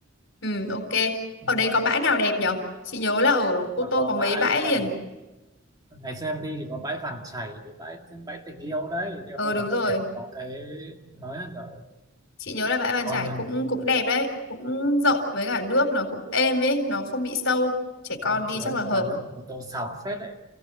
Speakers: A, on the left; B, on the right.
A: Ừ, ok.
B: ừ.
A: Ở đấy có bãi nào đẹp nhở? Chị nhớ là ở Cô
B: nó
A: Tô
B: có
A: có mấy
B: bãi
A: bãi liền.
B: và ngày xưa em đi thì có bãi Vàng Chảy với bãi bãi tình yêu đấy nhưng
A: Ờ
B: mà bây
A: đúng
B: giờ
A: rồi.
B: có thể nó có cái mới hơn rồi
A: Chị nhớ là bãi Bàn
B: còn
A: Chải cũng cũng đẹp đấy, cũng rộng với cả nước nó cũng êm ấy, nó không bị sâu. Trẻ
B: không
A: con đi
B: chỉ
A: chắc
B: ơi
A: là
B: như
A: hợp.
B: bà nước của tô sóng phết đấy